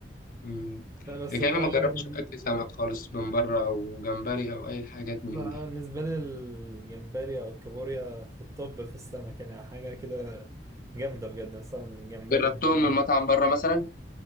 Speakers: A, on the left (about 50°); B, on the right (about 20°).
A: امم
B: لا بس
A: لكن
B: الحقيقه
A: انا ما جربتش
B: بن...
A: اكل سمك خالص من بره او جمبري او اي حاجات من
B: لا،
A: دي
B: بالنسبه لي الجمبري او الكابوريا في الطب في السمك يعني حاجه كده جامده بجد مثلا الجمبري
A: جربتهم
B: اللي هو
A: من مطعم بره مثلا